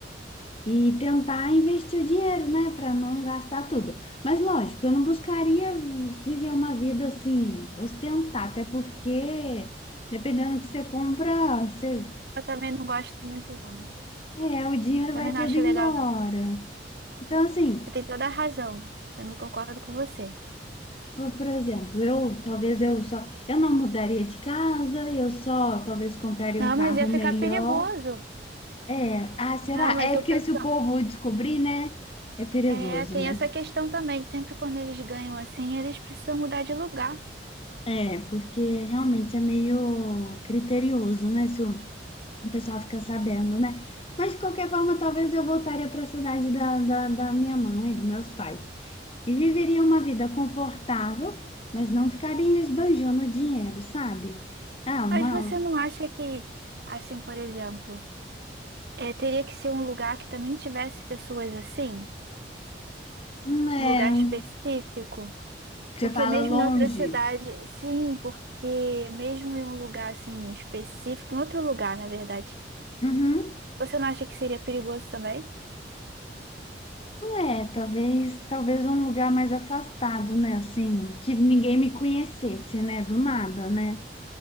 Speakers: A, on the left; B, on the right.
A: E tentar investir o dinheiro, né, para não gastar tudo. Mas lógico, eu não buscaria vi- viver uma vida assim, ostentar, até porque dependendo do que você compra, você
B: Eu também não gosto muito, não.
A: é, o dinheiro
B: Também
A: vai todo
B: não acho
A: embora.
B: legal, não.
A: Então assim,
B: Você tem toda a razão. Também concordo com você.
A: por, por exemplo, eu talvez eu só eu não mudaria de casa, eu só talvez compraria
B: Não,
A: um carro
B: mas ia ficar
A: melhor.
B: perigoso.
A: É, ah, será?
B: Não, mas
A: É
B: o
A: porque
B: pessoal.
A: se o povo descobrir, né, é perigoso,
B: É, tem
A: né?
B: essa questão também. Sempre quando eles ganham assim, eles precisam mudar de lugar.
A: É, porque realmente é meio criterioso, né? Se o o pessoal fica sabendo, né? Mas de qualquer forma, talvez eu voltaria para a cidade da, da, da minha mãe, dos meus pais. E viveria uma vida confortável, mas não ficaria esbanjando dinheiro, sabe? Ah, uma,
B: Mas você não acha que, assim, por exemplo, é, teria que ser um lugar que também tivesse pessoas assim?
A: um, é,
B: Um lugar específico?
A: um- Você
B: Porque
A: fala
B: mesmo
A: longe.
B: em outra cidade, sim, porque mesmo em um lugar assim específico, em outro lugar, na verdade,
A: Uhum.
B: você não acha que seria perigoso também?
A: É, talvez, talvez um lugar mais afastado, né? Assim, que ninguém me conhecesse, né? Do nada, né?